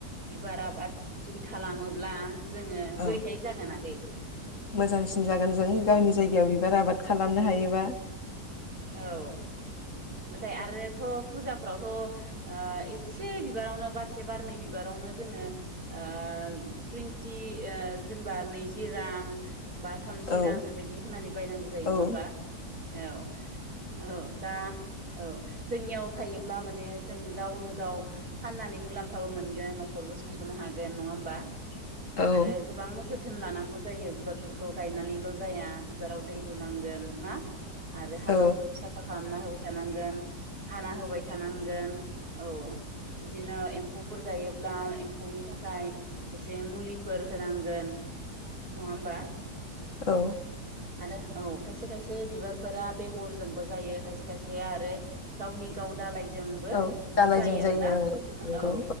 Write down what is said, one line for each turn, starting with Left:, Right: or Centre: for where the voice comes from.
Right: बिबार आबाद, जुदि खालामोब्ला जोङो बोरैहाय
Left: औ
Right: जागोन आगै?
Left: मोजांसिन जागोन जों गावनि जायगायाव बिबार आबाद खालामनो हायोबा,
Right: औ नाथाय आद आरोथ' फुजाफ्रावथ' ओ एसे बिबारावनो बारसे बारनै बिबारावनो जोङो ओ टुइन्टि जेनेबा नैजि रां, बा थामजि
Left: औ
Right: रां बेबायदि होनानै बायनांगौ जायो नङा
Left: औ
Right: होमबा औ औ दा औ जोंनियाव थायोब्ला माने जों गावनो गाव फाननानै मुलाम्फाबो मोनगोन न'खरबो सुंस'नो हागोन नङा होमबा,
Left: औ
Right: आरो गोबां जोथोन लानांगौ जायो बिबाब बिफोरखौ गायनानैल' जाया बिबाराव दै लुनांगोन ना आरो हाग्रा
Left: औ
Right: साफा खालामना होबाय थानांगोन, हाना होबाय थानांगोन औ बिदिनो एम्फौफोर जायोब्ला एम्फौनि थाखाय एसे मुलिफोर होनांगोन नङा होमबा,
Left: औ
Right: आरो औ खायसे खायसे बिबारफोरा बेगरजोंबो जायो खायसे खायसे आरो गावनि गाव दाालाय जोंबो
Left: औ दालायजों
Right: जायो आरोना
Left: ओं नंगौ
Right: औ